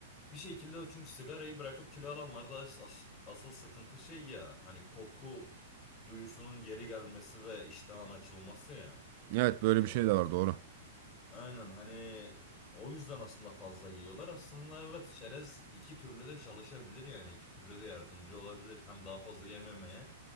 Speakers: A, on the left (about 30°); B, on the right (about 50°).
A: bir şekilde o çünkü sigarayı bırakıp kilo alanlarda as- as- asıl sıkıntı şey ya hani koku duyusunun geri gelmesi ve iştahın açılması ya.
B: Evet böyle
A: Ee,
B: bir şey de var doğru.
A: Aynen hani o yüzden aslında fazla yiyorlar. Aslında evet çerez iki türlü de çalışabilir yani iki türlü de yardımcı olabilir. Hem daha fazla yememeye